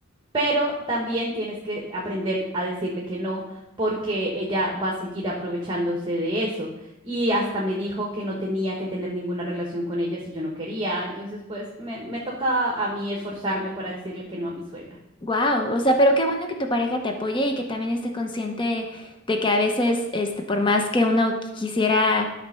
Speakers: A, on the right; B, on the left.
A: pero también tienes que aprender a decirle que no, porque ella va a seguir aprovechándose de eso. Y hasta me dijo que no tenía que tener ninguna relación con ella si yo no quería. Entonces, pues me, me toca a mí esforzarme para decirle que no a mi suegra.
B: Wow, o sea, pero qué bueno que tu pareja te apoye y que también esté consciente de que a veces, este, por más que uno qui- quisiera